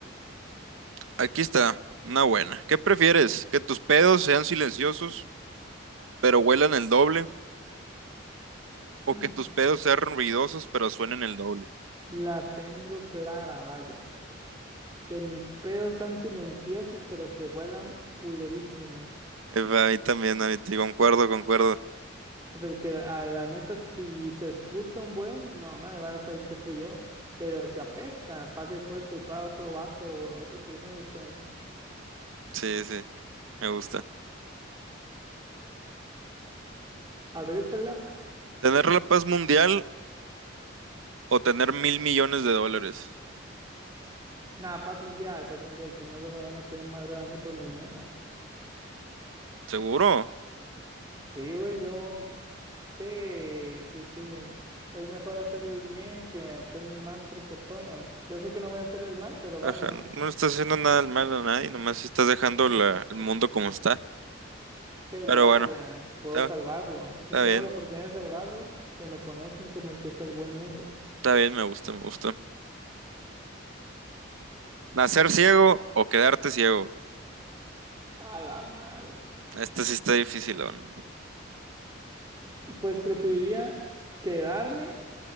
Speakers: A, on the right; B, on the right.
A: Aquí está. Una buena. ¿Qué prefieres? ¿Que tus pedos sean silenciosos, pero huelan el doble? ¿O
B: Mm,
A: que tus pedos sean ruidosos, pero suenen el doble?
B: la tengo clara, vaya. Que mis pedos sean silenciosos, pero que huelan culerísimo.
A: Eh, A mí también, a mí te concuerdo, concuerdo.
B: Porque a la neta, si se escucha un buen, no me van a saber que fui yo. Pero se apesta, fácil puedes culpar a otro vato o a otra persona y esté ahí.
A: Sí, sí, me gusta.
B: A ver, échala.
A: ¿Tener la paz mundial o tener mil millones de dólares?
B: Nada, paz mundial, paz mundial. Si no, luego me van a querer madrear a mí por mi dinero.
A: ¿Seguro?
B: Sí, güey, yo. Sí, sí, sí. Es mejor hacerle el bien que hacerle el mal a otras personas. Yo sé que no voy a hacerle el mal, pero
A: Ajá,
B: vaya.
A: no estás haciendo nada malo a nadie, nomás estás dejando la- el mundo como está.
B: Pero
A: Pero
B: vaya,
A: bueno,
B: puedo
A: está,
B: salvarlo. Si
A: está
B: tengo
A: bien,
B: la oportunidad de salvarlo, que me conozcan como el que salvó el mundo.
A: está bien, me gusta, me gusta. ¿Nacer ciego o quedarte ciego?
B: A la madre.
A: Esta sí está difícil, ¿no?
B: Pues preferiría quedarme